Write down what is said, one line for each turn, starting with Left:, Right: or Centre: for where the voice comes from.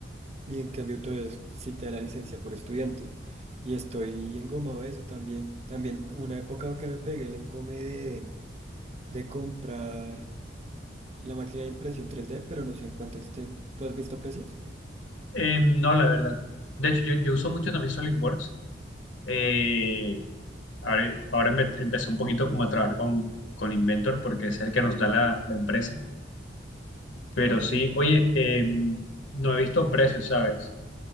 Right: y en cambio Autodesk sí te da la licencia por estudiante. Y estoy engomado de eso también. También una época que me pegué el engome de, de comprar la máquina de impresión tres d pero no sé en cuánto estén. ¿Tú has visto precios?
Left: Eh, no, la verdad. De hecho, yo, yo uso mucho también SolidWorks. Eh, ahora ahora empe- empecé un poquito como a trabajar con, con Inventor porque es el que nos da la la empresa. Pero sí, oye, eh, no he visto precios, ¿sabes?